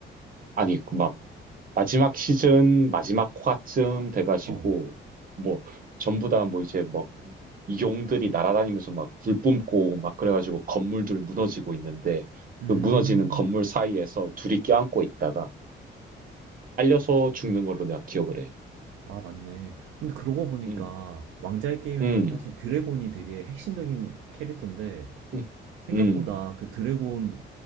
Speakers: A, on the right; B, on the right.
A: 아니, 그막 마지막 시즌 마지막 화쯤 돼가지고
B: 어.
A: 뭐 전부 다 뭐 이제 막 용들이 날아다니면서 막 불 뿜고 막 그래가지고 건물들 무너지고 있는데
B: 음.
A: 그 무너지는 건물 사이에서 둘이 껴안고 있다가 알려서 죽는 걸로 내가 기억을 해.
B: 아, 맞네. 근데 그러고 보니까
A: 음,
B: 왕자의 게임에서는
A: 음,
B: 사실 드래곤이 되게 핵심적인 캐릭터인데,
A: 음,
B: 생각보다
A: 음,
B: 그 드래곤